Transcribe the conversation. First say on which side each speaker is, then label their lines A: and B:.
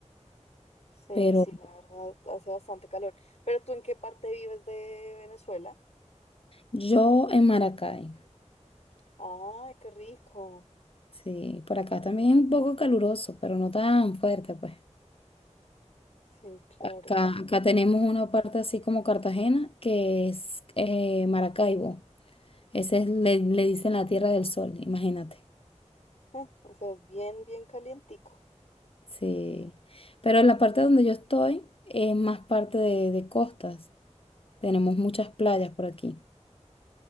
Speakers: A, on the left (about 65°); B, on the left (about 50°).
A: sí,
B: Pero
A: sí, la verdad, hace bastante calor. ¿Pero tú en qué parte vives de Venezuela?
B: yo en Maracay,
A: Ay, qué rico.
B: sí, por acá también es un poco caluroso, pero no tan fuerte, pues.
A: Sí, claro.
B: Acá, acá tenemos una parte así como Cartagena, que es eh, Maracaibo. Ese es, le, le dicen la Tierra del Sol, imagínate.
A: Mm, O sea, es bien, bien calientico.
B: Sí. Pero la parte donde yo estoy es más parte de, de costas. Tenemos muchas playas por aquí.